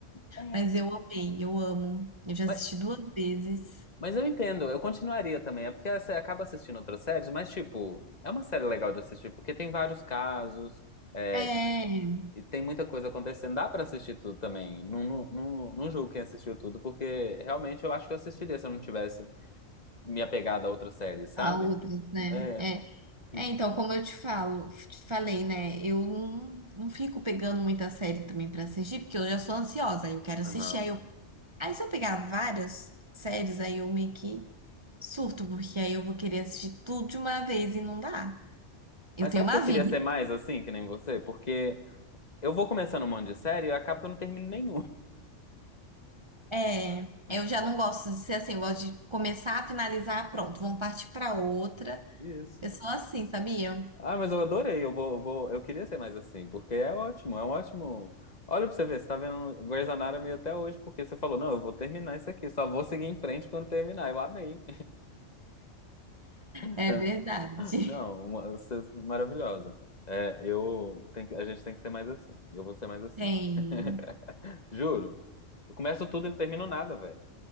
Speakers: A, on the left; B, on the right.
A: É,
B: mas eu amei, eu amo. Eu já
A: Mas,
B: assisti duas vezes.
A: mas eu entendo, eu continuaria também. É porque você acaba assistindo outras séries, mas, tipo, é uma série legal de assistir, porque tem vários casos, é,
B: É,
A: e tem muita coisa acontecendo. Dá pra assistir tudo também. Não, não, não, não julgo quem assistiu tudo, porque realmente eu acho que eu assistiria se eu não tivesse me apegado a outras séries, sabe?
B: a outras, né?
A: É.
B: é É,
A: Hum,
B: então, como eu te falo, te falei, né? Eu não, não fico pegando muita série também pra assistir, porque eu já sou ansiosa, aí eu quero
A: Aham.
B: assistir, aí eu... Aí se eu pegar várias séries, aí eu meio que surto, porque aí eu vou querer assistir tudo de uma vez e não dá. Eu
A: Mas
B: tenho
A: sabe
B: uma
A: que eu
B: vida.
A: queria ser mais assim, que nem você? Porque eu vou começando um monte de série e acaba que eu não termino nenhum.
B: É,
A: <laughs>
B: eu já não gosto de ser assim, eu gosto de começar, finalizar, pronto, vamos partir pra outra.
A: Isso.
B: Eu sou assim, sabia?
A: Ah, mas eu adorei. Eu vou, eu vou, eu queria ser mais assim, porque é ótimo, é um ótimo. Olha pra você ver, você tá vendo Grey's Anatomy até hoje, porque você falou, não, eu vou terminar isso aqui, só vou seguir em frente quando terminar. Eu amei. <laughs>
B: É verdade.
A: Não, uma- você é maravilhosa. É, eu tem, que- a gente tem que ser mais assim. Eu vou ser mais assim.
B: <laughs> Tem.
A: <laughs> Juro. Eu começo tudo e não termino nada, velho.